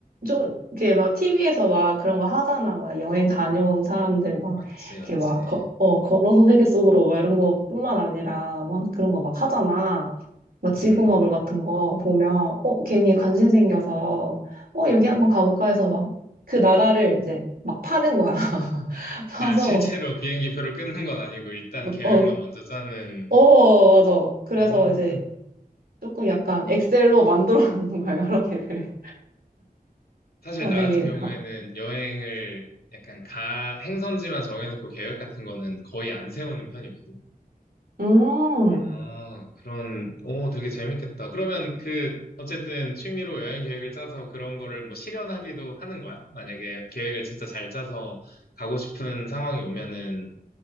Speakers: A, on the right; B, on the left.
A: 좀, 이렇게 막 TV에서 막 그런 거 하잖아. 막 여행 다녀온 사람들 막,
B: 맞지, 맞지.
A: 이렇게 막, 거, 어, 걸어서 세계 속으로 막 이런 거뿐만 아니라 막 그런 거 막 하잖아. 막 지구마블
B: 음.
A: 같은 거 보면, 어, 괜히 관심 생겨서, 어, 여기 한번 가볼까 해서 막 그 나라를 이제 막 파는 거야. <laughs> 파서,
B: 아, 실제로 비행기 표를 끊는 건 아니고 일단 계획만
A: 어,
B: 먼저 짜는.
A: 어, 어, 맞아. 그래서
B: 오.
A: 이제 조금 약간 엑셀로 만들어 놓는 거야, 여러 개를. <laughs>
B: 사실
A: 만약에
B: 나 같은 경우에는 여행을 약간 가, 행선지만 정해놓고 계획 같은 거는 거의 안 세우는 편이거든.
A: 음,
B: 아, 그런, 오, 되게 재밌겠다. 그러면 그, 어쨌든 취미로 여행 계획을 짜서 그런 거를 뭐 실현하기도 하는 거야? 만약에 계획을 진짜 잘 짜서 가고 싶은 상황이 오면은